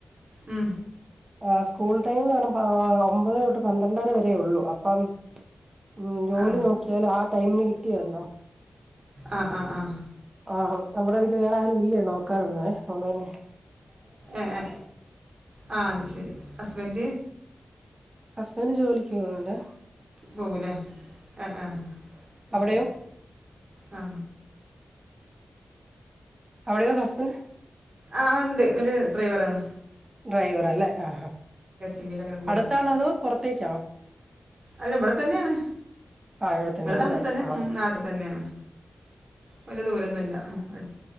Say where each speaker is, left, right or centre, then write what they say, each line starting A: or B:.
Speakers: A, on the right; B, on the right.
A: ഉം
B: ആ സ്കൂൾ ടൈം എന്ന് പറഞ്ഞ ഒമ്പത് തൊട്ട് പന്ത്രണ്ടര വരേ ഉള്ളു അപ്പം ഉം ജോലി
A: ആ
B: നോക്കിയാല് ആ ടൈമിന് കിട്ടിയല്ലോ
A: ആഹ ആഹ ആഹ
B: ആഹ നമ്മുടെ വീല് വേറെ ആരും ഇല്ലേ നോക്കാനൊന്ന അതൊണ്ട് തന്നെ
A: ഏ ഏ ആ അത് ശരി ഹസ്ബൻഡ
B: ഹസ്ബൻഡറ് ജോലിക്ക് പോകുന്നുണ്ടേ
A: പോകില്ലേ ആ ആ
B: അവിടെയോ
A: ശരി ആ
B: അവിടെഹസ്ബൻഡ്
A: ആണ്ട് ഒരു ഡ്രൈവർ ആാണ്
B: ഡ്രൈവറ അല്ലെ ആ
A: ഇ ബിയിൽ അങ്ങനെ പോകുന്നുണ്ട്
B: അടുത്ത ആള അതോ പുറത്തേക്കാണോ
A: അല്ല ഇവിടെ തന്നെയാണ്
B: ആ ഇവിടെ തന്നെയല്ലേ
A: നാട്ടിൽ തന്നെ
B: ആ
A: ഉം, നാട്ടിൽ തന്നെയാണ് വലിയ ദൂരംന്നുമ ഇ